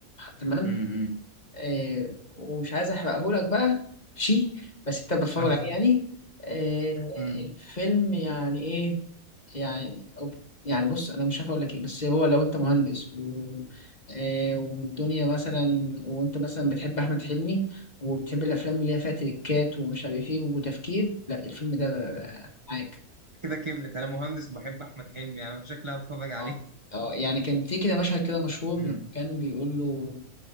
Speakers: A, on the left; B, on the right.
A: تمام
B: امم
A: آه، ومش عايز احرقهولك بقى شي بس انت بتتفرج
B: <laughs>
A: عليه يعني آه،
B: امم
A: الفيلم يعني ايه يعني أب- يعني بص انا مش عارف اقول لك ايه بس هو لو انت مهندس و... آه، والدنيا مثلا وانت مثلا بتحب احمد حلمي وبتحب الافلام اللي هي فيها تريكات ومش عارف ايه وتفكير لا الفيلم ده آه، معاك
B: كده كملت انا مهندس وبحب احمد حلمي يعني انا في شكلي هتفرج عليه
A: اه اه يعني كان في كده مشهد كده مشهور
B: امم
A: لما كان بيقول له